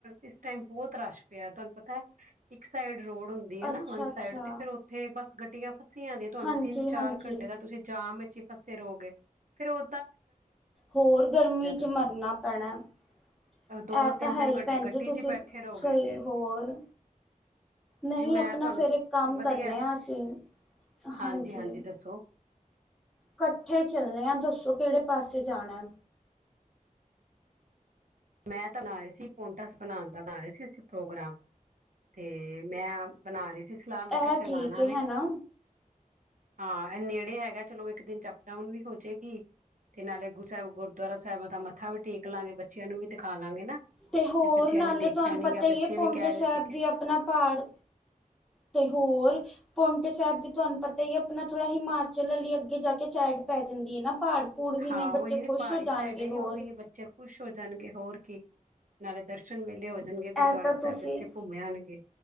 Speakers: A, on the right; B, in the centre.
A: ਇਸ ਟਾਈਮ ਬਹੁਤ ਰਸ਼ ਪਿਆ ਤੁਹਾਨੂੰ ਪਤਾ ਹੈ ਇੱਕ ਸਾਈਡ ਰੋਡ ਹੁੰਦੀ ਹੈ ਨਾ
B: ਅੱਛਾ
A: ਵੰਨ
B: ਅੱਛਾ
A: ਸਾਈਡ ਤੇ ਫੇਰ ਉੱਥੇ ਬਸ ਗੱਡੀਆਂ ਅਸੀ ਆ ਤੁਹਾਨੂੰ
B: ਹਾਂਜੀ
A: ਤਿੰਨ ਚਾਰ
B: ਹਾਂਜੀ
A: ਘੰਟੇ ਦਾ ਤੁਸੀਂ ਜਾਮ ਚਿਪਸੇ ਰੋ ਗਏ। ਫੇਰ ਔ,
B: ਹੋਰ ਗਰਮੀ ਚ
A: ਦੱਸੋ
B: ਮਰਨਾ ਪੈਣਾ ਇਹ
A: ਦੋ-ਦੋ, ਤਿੰਨ-ਤਿੰਨ
B: ਤਾਂ ਹੈ ਹੀ
A: ਘੰਟੇ
B: ਭੈਣ
A: ਗੱਡੀ
B: ਜੀ ਤੁਸੀਂ
A: 'ਚ ਹੀ ਬੈਠੇ ਰਹੋਗੇ
B: ਸਹੀ
A: ਫੇਰ
B: ਹੋਰ ਨਹੀਂ
A: ਮੈਂ
B: ਆਪਣਾ
A: ਤੁਹਾਨੂੰ
B: ਫੇਰ ਇੱਕ ਕੰਮ
A: ਵਧੀਆ
B: ਕਰਨੇ ਆ ਅਸੀਂ
A: ਹਾਂਜੀ-ਹਾਂਜੀ
B: ਹਾਂਜੀ
A: ਦੱਸੋ
B: ਕੱਠੇ ਚੱਲੇ ਆ ਦੱਸੋ ਕਿਹੜੇ ਪਾਸੇ ਜਾਣਾ
A: ਮੈਂ ਤਾਂ ਨਾ ਰਹੀ ਸੀ ਪੋਟਸ ਬਣਾਣ ਦਾ ਨਾ ਰਹੇ ਸੀ ਅਸੀ ਪ੍ਰੋਗਰਾਮ ਤੇ ਮੈਂ ਬਣਾ ਰਹੀ ਸੀ। ਸਲਾਹ ਮੈਂ
B: ਇਹ
A: ਕਿਹਾ ਚਲਾਣਾ
B: ਠੀਕ
A: ਮੈਂ,
B: ਹੈ ਨਾ
A: ਹਾਂ ਇਹ ਨੇੜੇ ਹੈਗਾ ਚਲੋ ਇੱਕ ਦਿਨ ਅਪ ਡਾਊਨ ਵੀ ਹੋ ਜਾਏਗੀ ਤੇ ਨਾਲੇ ਗੁਰੂ ਸਾਹਿਬ ਗੁਰਦੁਆਰਾ ਸਾਹਿਬ ਦਾ ਮੱਥਾ ਵੀ ਟੇਕ ਲਾਂਗੇ ਬੱਚਿਆਂ ਨੂੰ ਵੀ, ਤੇ ਦਿਖਾ ਲਾਂਗੇ ਨਾ,
B: ਤੇ ਹੋਰ
A: ਬੱਚਿਆਂ
B: ਨਾਲੇ
A: ਨੇ ਦੇਖਿਆ
B: ਤੁਹਾਨੂੰ
A: ਨੀ
B: ਪਤਾ
A: ਗਾ
B: ਹੀ
A: ਬੱਚੇ
B: ਹੈ ਪੌਂਟੇ
A: ਵੀ ਕਹਿ
B: ਸਾਹਿਬ
A: ਰਹੇ ਸੀਗੇ
B: ਵੀ ਆਪਣਾ ਪਹਾੜ ਤੇ ਹੋਰ ਪੋਂਂਟੇ ਸਾਹਿਬ ਵੀ ਤੁਹਾਨੂੰ ਪਤਾ ਹੀ ਹੈ ਆਪਣਾ ਥੋੜ੍ਹਾ ਹਿਮਾਚਲ ਵਾਲੀ ਅੱਗੇ ਜਾ ਕੇ ਸਾਈਡ ਪੈ ਜਾਂਦੀ ਹੈ ਨਾ, ਪਹਾੜ ਪੂੜ ਵੀ
A: ਹਾਂ
B: ਨੇ ਬੱਚੇ
A: ਉਹੀ ਨਹੀਂ
B: ਖੁਸ਼
A: ਪਹਾੜੀ
B: ਹੋ
A: ਸਾਈਡ
B: ਜਾਣਗੇ ਹੋਰ
A: ਉਹ ਵੀ ਬੱਚੇ ਖੁਸ਼ ਹੋ ਜਾਣਗੇ ਹੋਰ ਕੀ, ਨਾਲੇ ਦਰਸ਼ਨ ਮੇਲੇ ਹੋ ਜਾਣਗੇ ਗੁਰਦੁਆਰਾ
B: ਇਹ ਤਾਂ
A: ਸਾਹਿਬ
B: ਤੁਸੀਂ
A: ਬੱਚੇ ਘੁੰਮ ਆਣਗੇ